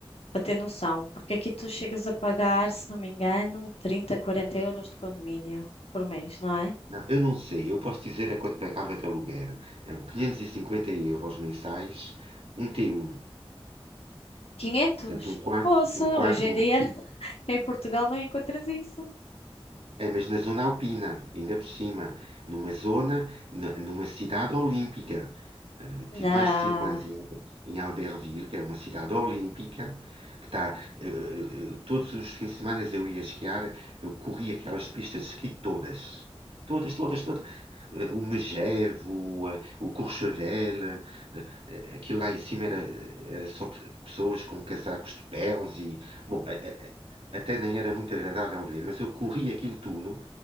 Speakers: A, on the left; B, on the right.
A: para ter noção, porque aqui tu chegas a pagar, se não me engano, 30, 40 euros de condomínio por mês, não é?
B: Não, eu não sei. Eu posso dizer é quanto pagava de aluguer. Eram 550 euros mensais, um T1.
A: 500?
B: Portanto, um quarto,
A: Poça,
B: um quarto,
A: hoje em
B: uma,
A: dia <laughs> em Portugal não encontras isso.
B: É, mas na zona alpina, ainda por cima, numa zona, n- numa cidade olímpica. Eh,
A: Não,
B: tive mais de 5 anos em, Albe- em Albertville, que é uma cidade olímpica, que está. eh, eh, eh, todos os fins de semana eu ia esquiar, eu corri aquelas pistas de esqui todas. Todas, todas, todas. Eh, o Megevo, eh, o Courchevel, eh, eh, aquilo lá em cima era, era só pe- pessoas com casacos de peles e. Bom, eh, eh, até nem era muito agradável de ver, mas eu corri aquilo tudo